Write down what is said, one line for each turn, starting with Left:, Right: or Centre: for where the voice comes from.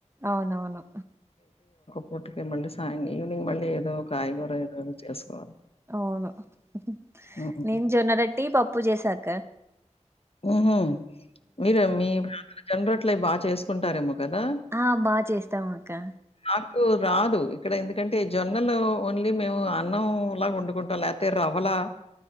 Right: అవునవును
Left: పోట్క మళ్డి సా వవినింగ్ మళ్ళ ఏదో కాయగుర ఎధో తెస్కువ
Right: అవును హు హు
Left: హ్మ్.
Right: నేను జొన్నరట్టి పప్పు చేసాక
Left: ఉహుమ్ మీరమ్మ మి జోన్న రోటలు బాగా చేసుకుంటారేమో కదా!
Right: ఆ బాగా చేస్తాం అక్క
Left: నాకు రాదు ఇక్కడ ఎందుకంటే జొన్నలో ఓన్లీ మేము అన్నం లాగా వండుకుంటాం లేకపోతే రవలా